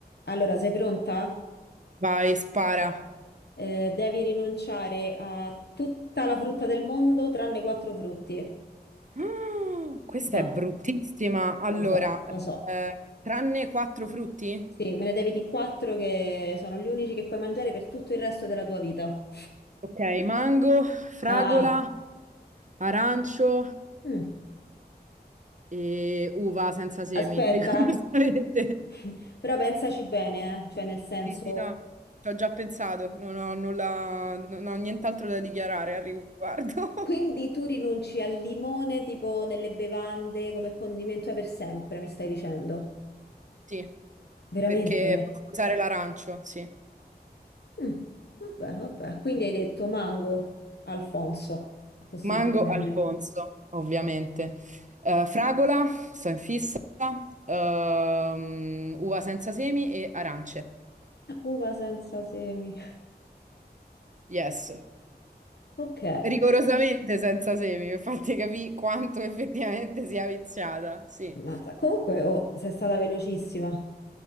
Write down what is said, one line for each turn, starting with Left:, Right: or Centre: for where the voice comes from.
Left: Allora, sei pronta?
Right: Vai, spara.
Left: Eh, devi rinunciare a tutta la frutta del mondo tranne quattro frutti.
Right: Ah, questa
Left: Va,
Right: è bruttissima. Allora,
Left: lo so, lo so.
Right: eh, tranne quattro frutti?
Left: Sì, me ne devi di quattro che sono gli unici che puoi mangiare per tutto il resto della tua vita.
Right: Ok, mango, fragola,
Left: Ah,
Right: arancio
Left: mm.
Right: e uva senza semi,
Left: Aspetta,
Right: <laughs> rigorosamente.
Left: <laughs> però pensaci bene, eh. Cioè nel senso,
Right: Sì, sì, no, ci ho già pensato, non ho nulla, non ho nient'altro da dichiarare al riguardo.
Left: quindi
Right: <laughs>
Left: tu rinunci al limone tipo nelle bevande come condimento per sempre, mi stai dicendo?
Right: Sì,
Left: Veramente?
Right: perché posso usare l'arancio, sì.
Left: Mm, vabbè, vabbè. Quindi hai detto mango, Alfonso, possibilmente.
Right: Mango, Alfonso, ovviamente. Eh, fragola, sto in fissa. Ehm, uva senza semi e arance.
Left: Uva senza semi.
Right: Yes.
Left: Ok,
Right: Rigorosamente senza semi, per farti capire quanto effettivamente sia viziata. Sì.
Left: ammazza. Comunque, oh, sei stata velocissima.